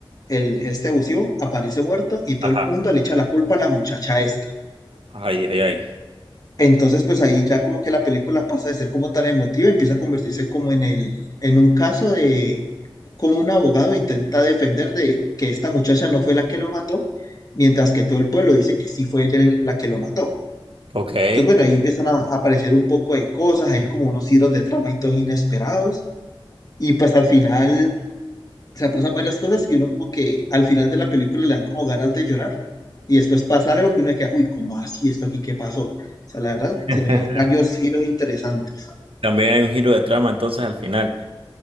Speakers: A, on the left; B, on the right.
A: El, este abusivo aparece muerto y todo
B: Ajá.
A: el mundo le echa la culpa a la muchacha esta.
B: Ay, ay, ay.
A: Entonces, pues ahí ya como que la película pasa de ser como tan emotiva, empieza a convertirse como en el, en un caso de como un abogado intenta defender de que esta muchacha no fue la que lo mató, mientras que todo el pueblo dice que sí fue ella el- la que lo mató.
B: Ok.
A: Entonces, bueno, ahí empiezan a aparecer un poco de cosas, hay como unos hilos de trama y todos inesperados, y pues al final o sea, pasan varias cosas y uno como que al final de la película le dan como ganas de llorar y después pasa algo que uno queda, uy, ¿cómo así esto aquí? ¿Qué pasó? O sea, la verdad,
B: <laughs>
A: tiene varios giros interesantes.
B: También hay un giro de trama entonces al final.